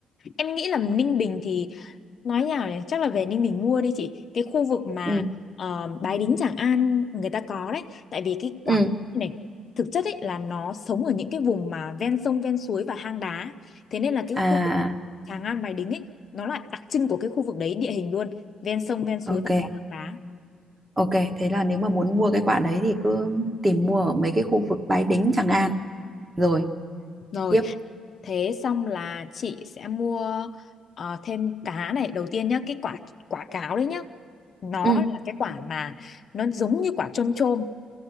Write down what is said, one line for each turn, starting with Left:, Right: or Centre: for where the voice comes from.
Left: em nghĩ là Ninh Bình thì nói nhào này chắc là về Ninh Bình mua đi chị cái khu vực mà
Right: ừ
Left: ờ, Bái Đính Tràng An người ta có đấy tại vì cái
Right: ừ
Left: quả này thực chất ấy là nó sống ở những cái vùng mà ven sông ven suối và hang đá thế nên là cái
Right: à à,
Left: khu vực Tràng An Bái Đính ấy nó là đặc trưng của cái khu vực đấy địa hình luôn ven sông ven suối
Right: à. ok
Left: và có hang đá
Right: ok thế là nếu mà muốn mua cái quả đấy thì cứ tìm mua ở mấy cái khu vực Bái Đính Tràng An rồi
Left: rồi
Right: tiếp
Left: thế xong là chị sẽ mua ờ, thêm cá này đầu tiên nhá cái quả quả cáo đấy nhá nó
Right: ừ
Left: là cái quả mà nó giống như quả chôm chôm